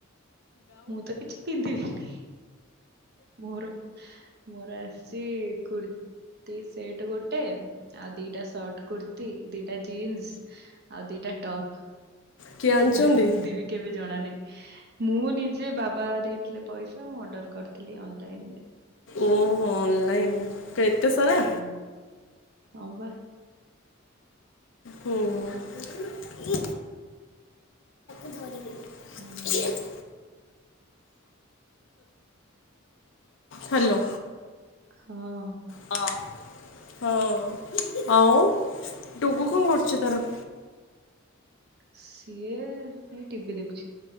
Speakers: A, on the right (about 50°); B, on the left (about 65°).
A: ମୁଁ ତ କିଛି ପିନ୍ଧିବିନି। ମୋର ମୋର ଆସିଛି କୁର୍ତ୍ତିୀ ସେଟ ଗୋ ଟେ ଆଉ ଦିଟା ସର୍ଟ କୁର୍ତ୍ତି, ଦିଟା ଜିନ୍ସ ଆଉ ଦିଟା ଟପ୍।
B: କିଏ ଆଣିଛନ୍ତି?
A: କିନ୍ତୁ କେବେ ପିନ୍ଧିବିି କେବେ ଜଣା ନାହିଁ। ମୁଁ ନିଜେ ବାବା ଦେଇଥିଲେ ପଇସା ମୁଁ ଅର୍ଡର କରିଥିଲି ଅନଲାଇନରେ।
B: ଓହୋ ଅନଲାଇନ୍ ତ ଏତେ ସାରା?
A: ହଁ। ହଁ ବା।
B: ହୁଁ। ଧରି
A: ହଁ
B: <unintelligible> ହାଲୋ।
A: ହଁ।
B: ହଁ ହଉ, ଆଉ ଟୁଗୁ କଁ କରୁଚି ତାର?
A: ସିଏ ଏଇ ଟିଭିି ଦେଖୁଚି।